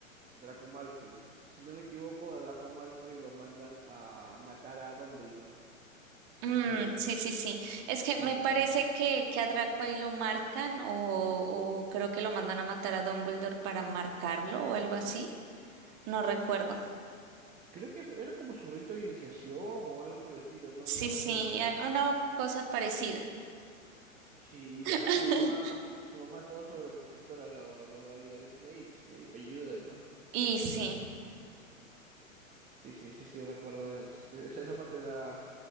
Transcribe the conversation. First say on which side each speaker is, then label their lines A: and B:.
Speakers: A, on the right; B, on the right.
A: Draco Malfoy. Si no me equivoco, a Draco Malfoy lo mandan a matar a Dumbledore.
B: Mm,
A: Es,
B: sí, sí, sí. Es que me
A: y su,
B: parece que, que a Draco ahí lo marcan o, o creo que lo mandan a matar a Dumbledore para marcarlo o algo así. No recuerdo.
A: creo que fue- era como su rito de iniciación o algo por el estilo, no,
B: Sí,
A: no recuerdo
B: sí,
A: bien.
B: eh, una cosa parecida.
A: Sí, y
B: <laughs>
A: la, su mamá, su mamá todo sobreprotectora lo, lo va a ayudar. Snape, pues Snape, ayúdalo.
B: Y sí,
A: Sí, sí, sí, sí, recuerdas. e-, Esa, esa parte era,